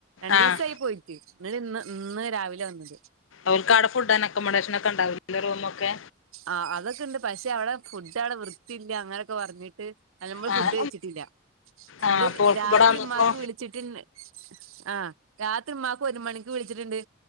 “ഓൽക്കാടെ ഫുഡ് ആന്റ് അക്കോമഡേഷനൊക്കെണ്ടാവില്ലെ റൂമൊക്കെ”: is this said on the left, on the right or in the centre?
Left